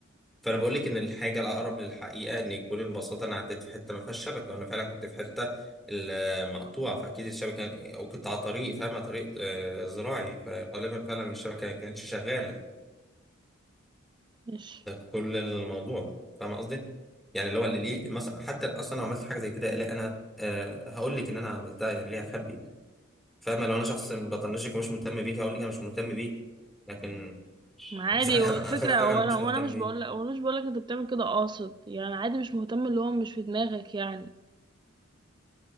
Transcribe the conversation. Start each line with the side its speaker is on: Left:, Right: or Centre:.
Centre: فانا بقول لك ان الحاجه الاقرب للحقيقه ان يكون البساطه انا عديت في حته ما فيهاش شبكه وانا فعلا كنت في حته المقطوعه فاكيد الشبكه او كنت على طريق فاهم على طريق آه، زراعي فغالبا فعلا الشبكه ما كانتش شغاله
Right: ماشي
Centre: ده كل الموضوع فاهم قصدي يعني اللي هو اللي ليه مثلا حتى اصلا لو عملت حاجه زي كده لا انا آه، هقول لك ان انا عملتها يعني ليه اخبي فاهمه لو انا شخص بطنشك ومش مهتم بيك هقول لك انا مش مهتم بيك لكن
Right: ما
Centre: انا
Right: عادي
Centre: ساعتها
Right: هو الفكره
Centre: أبقى فعلا
Right: وانا
Centre: مش
Right: وانا
Centre: مهتم
Right: مش
Centre: بيك
Right: بقول لك وانا مش بقول لك انت بتعمل كده قاصد يعني عادي مش مهتم اللي هو مش في دماغك يعني